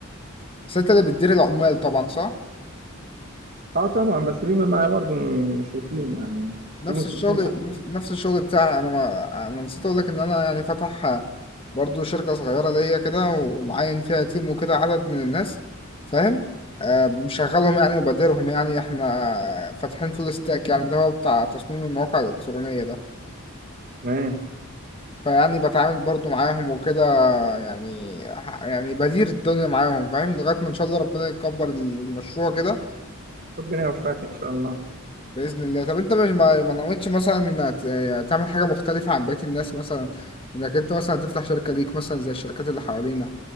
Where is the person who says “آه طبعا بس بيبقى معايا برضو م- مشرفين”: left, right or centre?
Right